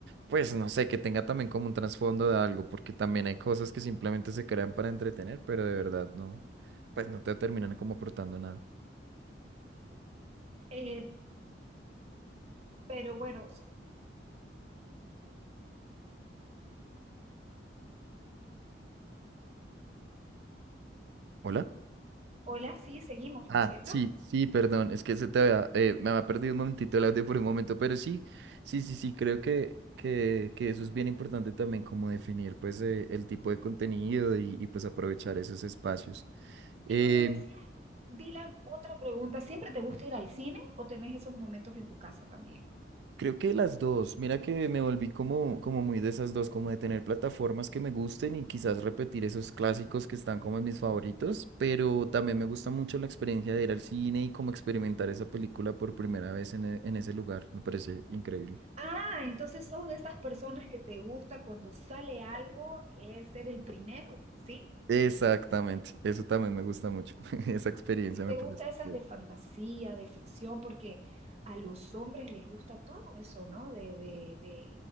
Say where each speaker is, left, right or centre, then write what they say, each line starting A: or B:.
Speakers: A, on the right (about 65°); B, on the right (about 35°).
A: pues
B: Sí.
A: no sé, que tenga también como un trasfondo de algo, porque también hay cosas que simplemente se crean para entretener, pero de verdad no, pues no te terminan como aportando nada.
B: Eh, pero bueno,
A: Hola.
B: hola, sí, seguimos,
A: Ah,
B: ¿no es cierto?
A: sí, sí, perdón, es que se te había, eh, me había perdido un momentito el audio por un momento, pero sí, sí, sí, sí, creo que, que, que eso es bien importante también, como definir pues eh, el tipo de contenido y, y, pues aprovechar esos espacios. Eh,
B: Y como decía, Dylan, otra pregunta, ¿siempre te gusta ir al cine o tenés esos momentos en tu casa también?
A: creo que las dos, mira que me volví como, como muy de esas dos, como de tener plataformas que me gusten y quizás repetir esos clásicos que están como en mis favoritos, pero también me gusta mucho la experiencia de ir al cine y como experimentar esa película por primera vez en, e- en ese lugar, me parece increíble.
B: Ah, entonces sos de esas personas que te gusta cuando sale algo es ser el primero, ¿sí?
A: Exactamente, eso también me gusta mucho. <laughs> Esa experiencia
B: Y Te
A: me parece.
B: gusta esas
A: que-
B: de fantasía, de ficción, porque a los hombres les gusta todo eso, ¿no? De, de, de,